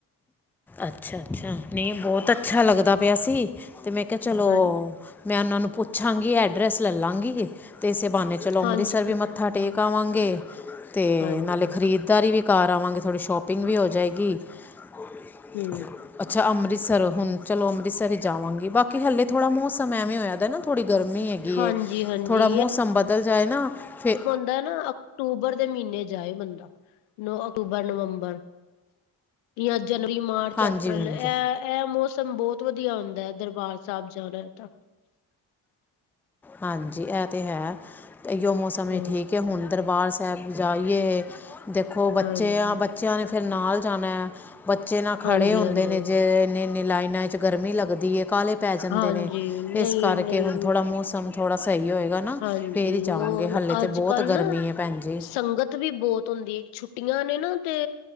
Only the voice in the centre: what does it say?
ਅੱਛਾ- ਅੱਛਾ, ਨਹੀਂ ਬਹੁਤ ਅੱਛਾ ਲੱਗਦਾ ਪਿਆ ਸੀ। ਤੇ ਮੈਂ ਕਿਹਾ ਚਲੋ,
ਮੈਂ ਉਹਨਾਂ ਨੂੰ ਪੁੱਛਾਂਗੀ, ਐਡਰੈਸ ਲੈ ਲਾਂਗੀ ਤੇ ਇਸੇ ਬਹਾਨੇ ਚਲੋ ਅੰਮ੍ਰਿਤਸਰ
ਵੀ ਮੱਥਾ ਟੇਕ ਆਵਾਂਗੇ, ਤੇ
ਨਾਲੇ ਖਰੀਦ ਧਾਰੀ ਵੀ ਕਰ ਆਵਾਂਗੇ ਥੋੜ੍ਹੀ ਸ਼ੋਪਿੰਗ ਵੀ ਹੋ ਜਾਏਗੀ। <inaudible>
ਅੱਛਾ ਅੰਮ੍ਰਿਤਸਰ, ਹੁਣ ਚਲੋ ਅੰਮ੍ਰਿਤਸਰ ਜਾਵਾਂਗੀ, ਬਾਕੀ ਹਲੇ ਥੋੜ੍ਹਾ ਮੌਸਮ ਐਵੇਂ ਹੋਇਆਦਾ ਨਾ ਥੋੜ੍ਹੀ ਗਰਮੀ ਹੈਗੀ
ਏ,
ਥੋੜਾ ਮੌਸਮ ਬਦਲ ਜਾਏ ਨਾ, ਫਿਰ
ਹਾਂਜੀ
ਹਾਂਜੀ
ਹਾਂਜੀ ਇਹ ਤਾਂ ਹੈ, ਇਓ ਮੌਸਮ ਹੀ
ਠੀਕ ਕਿ ਹੁਣ ਦਰਬਾਰ ਸਾਹਿਬ ਜਾਈਏ। ਦੇਖੋ ਬੱਚੇ
ਆਂ, ਬੱਚਿਆਂ ਨੇ ਫਿਰ ਨਾਲ ਜਾਣਾ ਬੱਚੇ ਨਾ ਖੜੇ
ਹੁੰਦੇ
ਨੇ, ਜੇ ਇੰਨੇ -ਇੰਨੇ ਲਾਈਨਾਂ 'ਚ ਗਰਮੀ ਲੱਗਦੀ ਏ, ਕਾਹਲੇ ਪੈ ਜਾਂਦੇ
ਨੇ,
ਇਸ ਕਰਕੇ
ਹੁਣ ਥੋੜ੍ਹਾ ਮੌਸਮ, ਥੋੜ੍ਹਾ ਸਹੀ ਹੋਏਗਾ। ਨਾ
ਫਿਰ ਹੀ ਜਾਵਾਂਗੇ
ਹਾਲੇ ਤਾਂ
ਬਹੁਤ
ਗਰਮੀ
ਹੈ ਭੈਣ ਜੀ